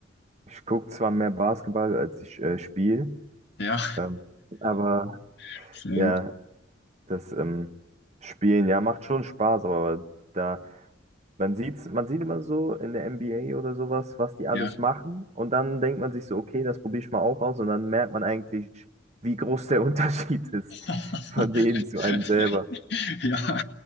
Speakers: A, on the right (about 35°); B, on the left (about 60°).
A: ich gucke zwar mehr Basketball, als ich äh, spiele,
B: Ja,
A: ähm, aber
B: <laughs> schön.
A: ja, Das ähm, Spielen, ja, macht schon Spaß, aber da, man sieht's, man sieht immer so in der NBA oder sowas, was die alles
B: ja.
A: machen. Und dann denkt man sich so, okay, das probiere ich mal auch aus. Und dann merkt man eigentlich, wie groß der <laughs> Unterschied ist
B: <laughs>
A: von denen zu einem selber.
B: Ja,